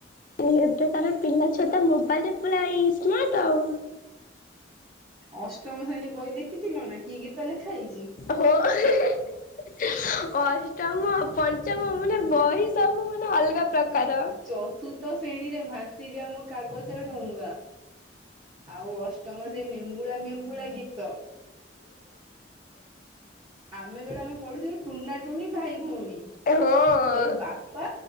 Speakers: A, on the left (about 45°); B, on the right (about 30°).
A: ଏବେ କାର ପିଲା ଛୁଆ ତ ମୋବାଇଲ ରେ ପୁରା ଇସ୍ମାର୍ଟ ଆଉ।
B: ଅଷ୍ଟମ ଶ୍ରେଣୀ ବହି ଦେଖିଥିଲ ନା କି ଗୀତ ଲେଖା ହେଇଛି?
A: ହଁ <unintelligible> ଅଷ୍ଟମ, ପଞ୍ଚମ ମାନେ ବହି ସବୁ ମାନେ ଅଲଗା ପ୍ରକାର।
B: ଚତୁର୍ଥ ଶ୍ରେଣୀରେ ଭାସିଯାଆ ମୋ କାଗଜ ଡଙ୍ଗା। ଆଉ ଅଷ୍ଟମ ସେ ନେମ୍ବୁଡା ନେମ୍ବୁଡା ଗୀତ। ଆମେ ବେଳେ ଆମେ ପଢୁଥିଲୁ ଟୁନା ଟୁନି ଭାଇ ଭଉଣୀ
A: ହଁ
B: ଏ ବାପା